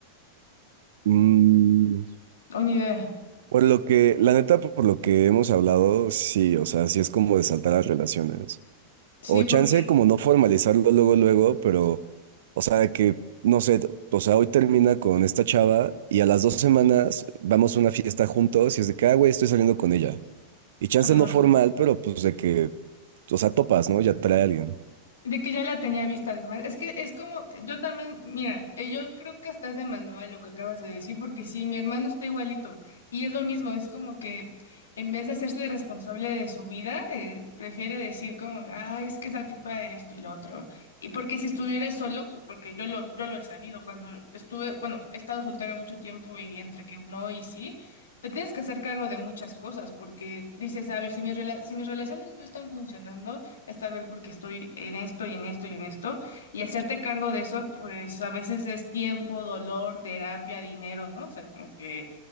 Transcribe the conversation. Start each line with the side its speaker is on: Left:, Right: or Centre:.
Right: Mm,
Left: O ni idea.
Right: por lo que, la neta, por lo que hemos hablado, sí, o sea, sí es como de saltar las relaciones.
Left: Sí,
Right: O chance
Left: porque...
Right: como no formalizarlo luego, luego, pero, o sea, que, no sé, o sea, hoy termina con esta chava y a las dos semanas vamos a una fiesta juntos y es de que, ah, güey, estoy saliendo con ella. Y chance
Left: Ajá.
Right: no formal, pero pues de que, o sea, topas, ¿no? Ya trae a alguien.
Left: De que ya la tenía vista además. Es que es como, yo también, mira, eh, yo creo que hasta es de manual lo que acabas de decir, porque sí, mi hermano está igualito y es lo mismo, es como que en vez de hacerse responsable de su vida, eh, prefiere decir como, ah, es que esa tipa de esto y lo otro. Y porque si estuviera solo, porque yo lo, yo lo he sabido, cuando estuve, bueno, he estado soltera mucho tiempo y entre que no y sí. Te tienes que hacer cargo de muchas cosas porque dices, a ver, si mis, rela- si mis relaciones no están funcionando, es tal vez porque estoy en esto y en esto y en esto, y hacerte cargo de eso, pues a veces es tiempo, dolor, terapia, dinero, ¿no? O sea, como que...